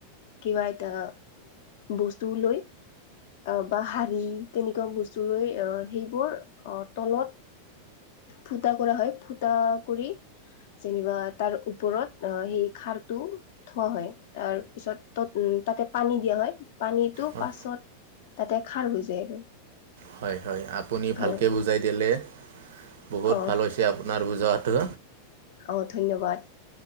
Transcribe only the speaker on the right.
হয়
হয় হয় আপুনি
ভালকৈ বুজাই দিলে বহুত
ভাল হৈছে আপোনাৰ আৰু যহাতু